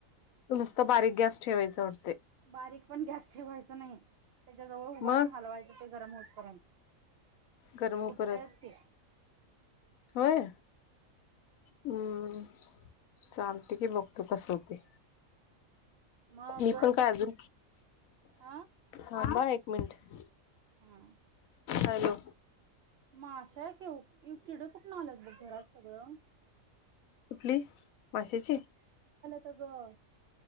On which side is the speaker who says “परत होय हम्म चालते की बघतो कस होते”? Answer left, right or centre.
Left